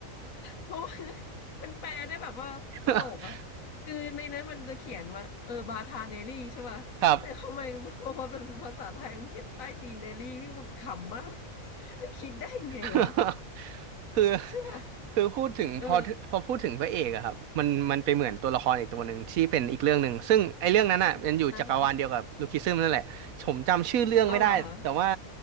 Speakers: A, on the left; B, on the right.
A: เพราะว่า <laughs> มันแปลได้แบบว่าตลกอะคือในนั้นมันจะเขียนว่าเออบาทาเดลี่ใช่ป่ะแต่ทำไมพอมาเป็นภาษาไทยมันเขียนใต้ตีนเดลี่พี่แบบขำมาก
B: <laughs> ครับ
A: <laughs> คิดได้ยังไงวะ
B: <laughs> คือ
A: ใช่ป่ะ
B: คือพูดถึงพอพอพูดถึงพระเอกอะครับมันมันไปเหมือนตัวละครอีกตัวหนึ่งที่เป็นอีกเรื่องหนึ่งซึ่งไอ้เรื่องนั้นอะมันอยู่จักรวาลเดียวกับลูคิซึมนั่นแหละผมจำชื่อเรื่องไม่ได้แต่ว่า
A: เอออ่าฮะเอาเหรอฮะ